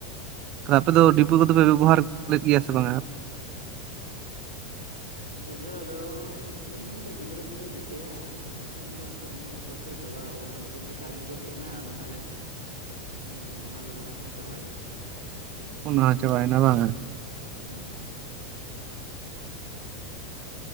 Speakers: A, on the right; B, on the left.
A: ᱛᱟᱦᱮ ᱟᱯᱮ ᱫᱚ
B: ᱦᱩᱸ
A: ᱰᱤᱵᱟᱹ ᱠᱚᱫᱚ ᱯᱮ ᱵᱮᱵᱚᱦᱟᱨ ᱯᱟᱹᱞᱟᱹᱜ ᱜᱮᱭᱟ ᱥᱮ ᱵᱟᱝ᱾
B: ᱰᱤᱵᱟᱹ ᱫᱚ᱾ ᱤᱧ ᱚᱱᱠᱟ ᱜᱤᱫᱽᱨᱟᱹ ᱥᱚᱢᱚᱭᱟ ᱫᱤᱥᱟᱹᱭᱟ ᱟᱫᱚ ᱚᱱᱟ ᱠᱷᱚᱱ ᱫᱚ ᱯᱚᱨ ᱫᱚ ᱪᱟᱵᱟᱣ ᱟᱠᱟᱱᱟ ᱤᱱᱟᱹ ᱯᱚᱨ ᱫᱚ ᱠᱟᱨᱮᱱᱴ ᱠᱚ ᱦᱮᱡ ᱮᱱᱟ ᱟᱫᱚ ᱛᱟᱦᱚᱞᱮ ᱟ ᱚᱱᱟ ᱵᱮᱵᱚᱦᱟᱨ ᱦᱚᱸ ᱪᱟᱵᱟᱭᱮᱱᱟ᱾
A: ᱦ ᱚᱱᱟ ᱪᱟᱵᱟᱭᱮᱱᱟ ᱵᱟᱝ?
B: ᱦᱩᱸ᱾